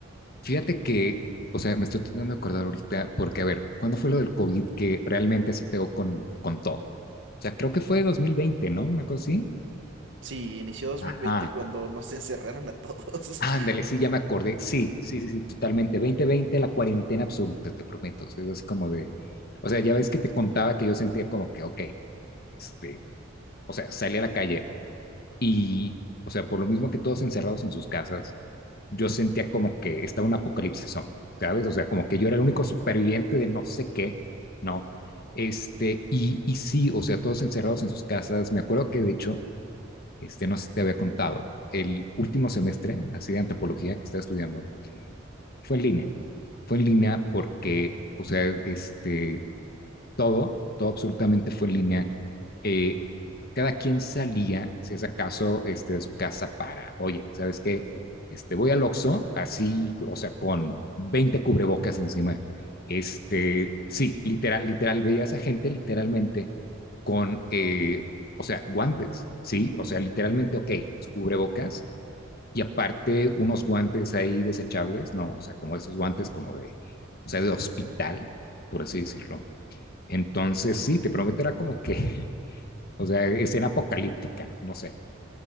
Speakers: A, on the left (about 50°); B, on the right (about 65°).
A: Fíjate que, o sea, me estoy tratando de acordar ahorita, porque a ver, ¿cuándo fue lo del COVID que realmente así pegó con, con todo? O sea, creo que fue 2020, ¿no? Una cosa así.
B: Sí, inició 2020
A: Ajá.
B: cuando nos <laughs> encerraron a todos.
A: Ándale,
B: <laughs>
A: sí, ya me acordé. Sí, sí, sí, sí, totalmente. dos mil veinte la cuarentena absoluta, te prometo. O sea, es así como de, o sea, ya ves que te contaba que yo sentía como que, ok, este, o sea, salí a la calle y, o sea, por lo mismo que todos encerrados en sus casas, yo sentía como que estaba un apocalipsis zombie, ¿sabes? O sea, como que yo era el único superviviente de no sé qué, ¿no? Este, y, y sí, o sea, todos encerrados en sus casas. Me acuerdo que de hecho, este, no sé si te había contado, el último semestre, así de antropología que estaba estudiando, fue en línea. Fue en línea porque, o sea, este, todo, todo absolutamente fue en línea. Eh, cada quien salía, si es acaso, este, de su casa para, oye, ¿sabes qué? Este, voy al Oxxo, así, o sea, con 20 cubrebocas encima. Este, sí, literal, literal, veía a esa gente literalmente con, eh, o sea, guantes, ¿sí? O sea, literalmente, ok, su cubrebocas y aparte unos guantes ahí desechables, ¿no? O sea, como esos guantes como de, o sea, de hospital, por así decirlo. Entonces, sí, te prometo, era como que, <laughs> o sea, escena apocalíptica, no sé.